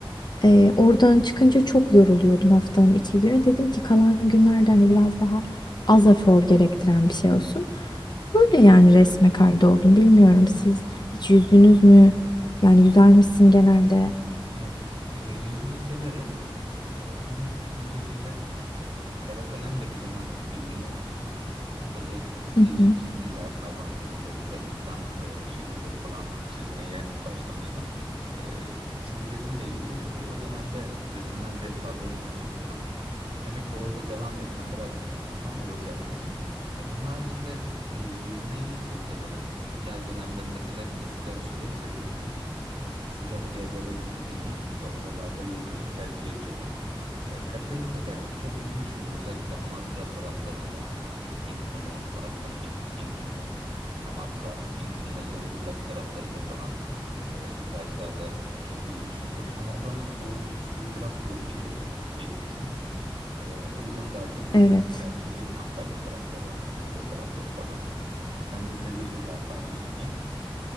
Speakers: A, on the left; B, on the right.
A: Ee, oradan çıkınca çok yoruluyordum haftanın iki günü. Dedim ki kalan günlerde hani biraz daha az efor gerektiren bir şey olsun. Öyle yani resme kaydoldum. Bilmiyorum siz hiç yüzdünüz mü? Yani yüzer misin genelde?
B: Evet, e, yüzmeyi severim. E, onun öncesinde e, kara kalemle bir dönem ilgim olmuştu. E, böyle
A: Hı
B: değişik
A: hı.
B: şekiller, hayvan figürleri ya da insan e, şekilleri falan çizmeye başlamıştım. E, çiz resimle ilgili bir o dönemde resimden zevk aldığımı hatırlıyorum. Demek ki orada devam etsem, bırakmasam olacakmış. E, onun haricinde e, yüzmeyi çok severim. Yaz dönemlerinde özellikle sıcak suları seviyorum ben e, sıcak yerlere gitmeyi ve oralarda yüzmeyi tercih ediyorum. E, Karadeniz'de de çok yüzmüşümdür. Özellikle Amasra taraflarında e, İnkumu, Bartın İn, İnkumu, Amasra, yin- yine Zonguldak taraflarında falan e, plajlarda çok yüzmüşümdür. Ama oranın su, suyu biraz soğuk geliyor benim, benim için. E, o yüzden daha çok güneyleri
A: Evet.
B: tercih ediyorum. Antalya tarafları, Muğla tarafları falan. Sen de seviyorsun galiba yüzmeyi.